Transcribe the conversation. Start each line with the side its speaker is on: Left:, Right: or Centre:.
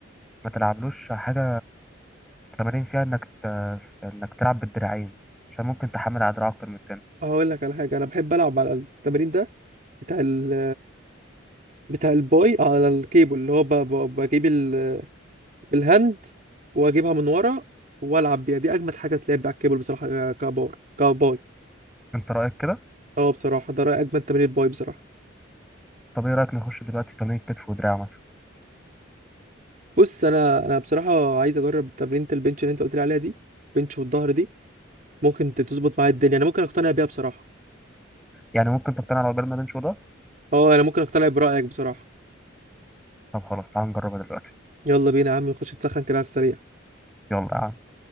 Centre: ما تلعبلوش حاجه تمارين فيها انك ت... انك تلعب بالدراعين عشان ممكن تحمل على دراع اكتر من التاني
Right: هقول لك على حاجه انا بحب العب على التمرين ده بتاع ال بتاع الباي على الكيبل اللي هو ب- ب- بجيب ال- الهاند واجيبها من ورا والعب بيها دي اجمد حاجه تلعب على الكيبل بصراحه كبار كباي
Centre: انت رايك كده
Right: اه بصراحه ده رأي اجمد تمرين باي بصراحه
Centre: طب ايه رايك نخش دلوقتي تمارين كتف ودراع مثلا
Right: بص انا انا بصراحه عايز اجرب تمرينه البنش اللي انت قلت لي عليها دي بنش والظهر دي ممكن ت- تظبط معايا الدنيا انا ممكن اقتنع بيها بصراحه
Centre: يعني ممكن تقتنع لو جربنا بنش وده
Right: اه انا ممكن اقتنع برأيك بصراحه
Centre: طب خلاص تعال نجربها دلوقتي
Right: يلا بينا يا عم نخش نسخن كده على السريع
Centre: يلا يا عم